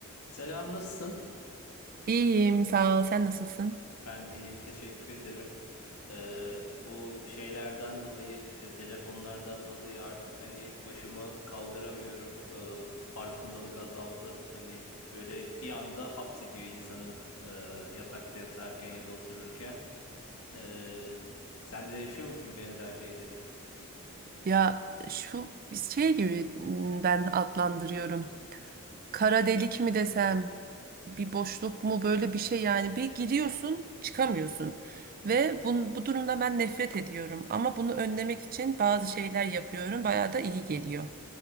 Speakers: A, on the left; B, on the right.
A: Selam nasılsın?
B: İyiyim, sağ ol. Sen nasılsın?
A: Ben de iyiyim teşekkür ederim. Ee, bu şeylerden dolayı e, telefonlardan dolayı artık hani başımı kaldıramıyorum. Ee, farkındalık azaldı. Hani böyle bir anda hapsediyor insanı e, yatakta yatarken ya da otururken. Ee, sen de yaşıyor musun benzer şeyleri?
B: Ya şu şey gibi m, ben adlandırıyorum. Kara delik mi desem, bir boşluk mu böyle bir şey yani bir giriyorsun, çıkamıyorsun. Ve bu, bu durumda ben nefret ediyorum. Ama bunu önlemek için bazı şeyler yapıyorum. Bayağı da iyi geliyor.